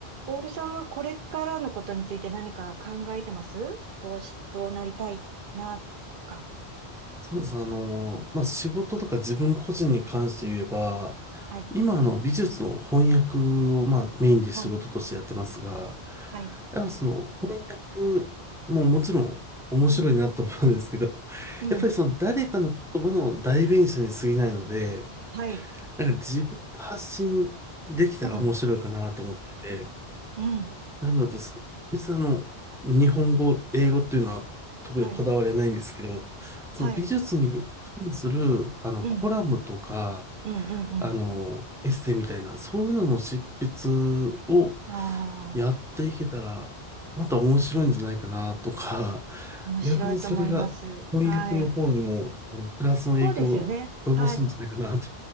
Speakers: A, on the right (about 60°); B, in the centre.
A: ボールさんはこれからのことについて何か考えてますどうし、どうなりたいな、か。
B: そうです。あの、
A: うん
B: まあ、仕事とか自分個人に関して言えば、
A: はい。
B: 今あの美術の翻訳をまあメインで仕事としてやってますが、
A: お、はい、はい。
B: やっぱその翻訳ももちろん面白いなと思うんですけど、
A: うん、うん、
B: やっぱりその誰かの言葉の代弁者に過ぎないので、
A: はい。
B: なんか自分で発信できたら面白いかなと思ってて、
A: あ、うん、
B: なのでそ別にあの、日本語、英語っていうのは特にこだわりはないんですけど、
A: はい、はい。
B: その美術に関する、あの、
A: うん、
B: コラムとか、
A: うん、うん、
B: あの、
A: う
B: エッセイみたいな、そういうのの執筆を
A: ん。ああ、
B: やっていけたら、また面白いんじゃないかなとか、
A: 面白いと思います。
B: 逆にそれが翻訳の方にも、
A: はい。
B: あの、プラスの影響を及ぼすんじゃないかなと。
A: そうですよね。はい。